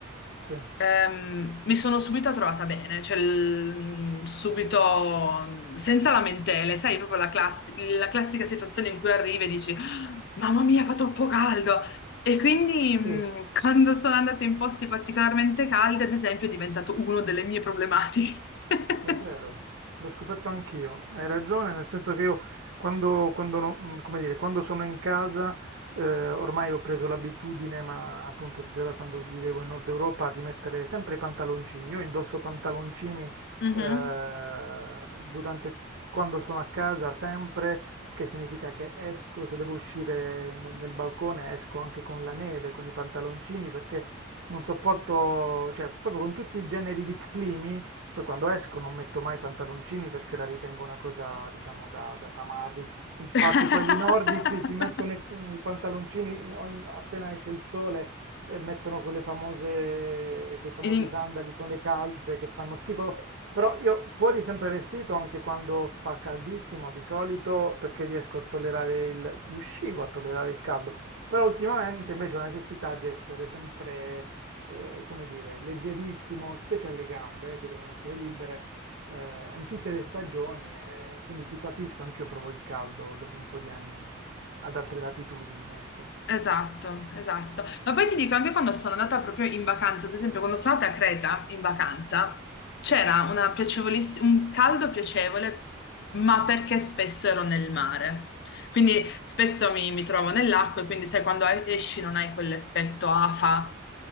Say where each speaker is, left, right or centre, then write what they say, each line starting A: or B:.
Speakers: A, on the right; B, on the left.
A: Sì,
B: ehm, mi sono subito trovata bene, cioè il- subito senza lamentele, sai, proprio la classi- la classica situazione in cui arrivi e dici, "Ah, Mamma mia, fa troppo caldo! E quindi
A: sì.
B: mh, quando sono andata in posti particolarmente caldi, ad esempio, è diventato una delle mie problematiche. <laughs>
A: È vero, l'ho scoperto anch'io. Hai ragione, nel senso che io quando, quando non- mm, come dire, quando sono in casa, eh, ormai ho preso l'abitudine, ma appunto già da quando vivevo in Nord Europa, di mettere sempre i pantaloncini. Io indosso pantaloncini,
B: Mhm.
A: eh, durante, quando sono a casa sempre, il che significa che esco, se devo uscire nel nel balcone, esco anche con la neve, con i pantaloncini, perché non sopporto, cioè proprio con tutti i generi di climi. Poi quando esco non metto mai pantaloncini perché la ritengo una cosa, diciamo, da, da tamarri. Infatti
B: <laughs>
A: quelli nordici si mettono i i pantaloncini on- appena esce il sole e mettono quelle famose, quei famosi
B: In-
A: sandali con le calze che fanno schifo. Però io fuori sempre vestito, anche quando fa caldissimo di solito, perché riesco a tollerare il, riuscivo a tollerare il caldo. Però ultimamente invece ho la necessità di essere sempre eh, come dire, leggerissimo, specie alle gambe che devono essere libere eh, in tutte le stagioni. e quindi ti capisco, anche io provo il caldo dopo un po' di anni ad altre latitudini, ecco.
B: Esatto, esatto. Ma poi ti dico, anche quando sono andata proprio in vacanza, ad esempio, quando sono andata a Creta in vacanza, c'era una piacevolissima, un caldo piacevole, ma perché spesso ero nel mare. Quindi spesso mi, mi trovo nell'acqua e quindi sai, quando e- esci non hai quell'effetto afa.